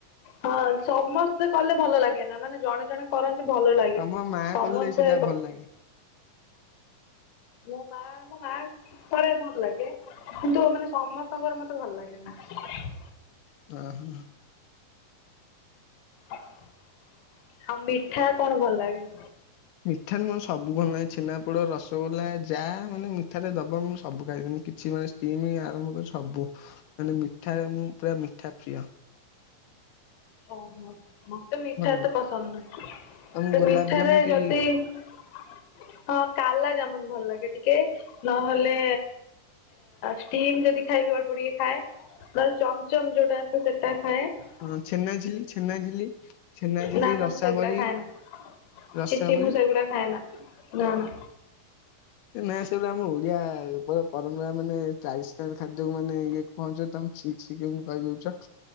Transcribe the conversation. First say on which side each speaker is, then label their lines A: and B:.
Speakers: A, on the left (about 60°); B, on the left (about 80°).
A: ହଁ ସମସ୍ତେ କଲେ ଭଲ ଲାଗେ ନା, ମାନେ ଜଣେ ଜଣେ କରନ୍ତି ଭଲ ଲାଗେ,
B: ତମ ମା
A: ସମସ୍ତେ
B: କଲେ ସେଇଟା ଭଲ ଲାଗେ।
A: ମୋ ମା ମୋ ମା କରେ ଭଲ ଲାଗେ କିନ୍ତୁ ମାନେ ସମସ୍ତଙ୍କର ମତେ ଭଲ ଲାଗେ ନା ।
B: ଓ ହୋ
A: ଆଉ ମିଠା କଣ ଭଲ ଲାଗେ?
B: ମିଠାରେ ମୋର ସବୁ ଭଲ ନାହିଁ ଛେନା ପୋଡ, ରସଗୋଲା, ଯାହା ମାନେ ମିଠାରେ ଦବା ମୁଁ ସବୁ ଖାଇଦେବି, ମୁଁ କିଛି ଆରମ୍ଭ କରି ସବୁ ମାନେ ମିଠା ମୁଁ ପୁରା ମିଠା ପ୍ରିୟ । <inaudible>
A: ଓହୋ, ମତେ ମିଠା ଏତେ
B: ଲାଗେ?
A: ପସନ୍ଦ ନାହିଁ,
B: ତମକୁ ଗୋଲାପଜାମୁ
A: ମିଠାରେ
B: କି
A: ଯଦି ସେ ହଁ କାଲା ଜାମୁନ ଭଲ ଲାଗେ ଟିକେ ନହେଲେ ଷ୍ଟିମ ଯଦି ଖାଇବି ଅଳ୍ପ ଟିକେ ଖାଏ । ନହେଲେ ଚମଚମ ଯୋଉଟା ଆସେ, ସେଟା ଖାଏ ।
B: ହଁ ଛେନାଝିଲି, ଛେନାଝିଲି, ଛେନାଝିଲି,
A: ନା ନା
B: ରସାବଳି
A: ମୁଁ ସେଗୁଡା ଖାଏ ନା
B: ରସାବଳି
A: ଛି ଛି ମୁଁ ସେଗୁଡା ଖାଏ ନା। ନା ନା
B: ନା ସେଗୁରା ଆମ ଓଡିଆ ଉପର ପରମ୍ପରା ମାନେ ଟ୍ରାଡିସନାଲ ଖାଦ୍ୟକୁ ମାନେ ଇଏ ପହଞ୍ଚଛ ତମେ କିଛି କେମତି କହିଦଉଛ?